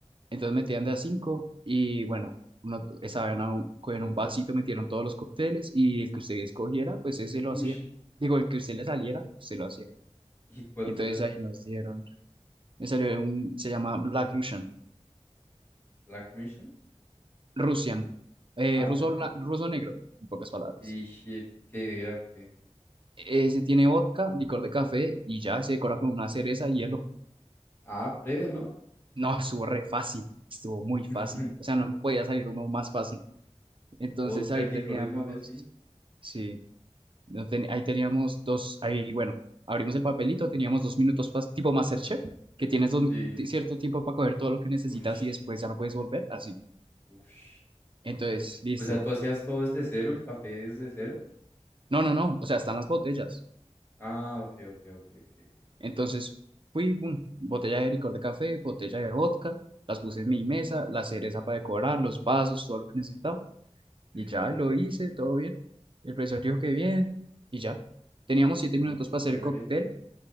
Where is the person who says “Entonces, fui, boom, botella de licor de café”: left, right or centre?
Right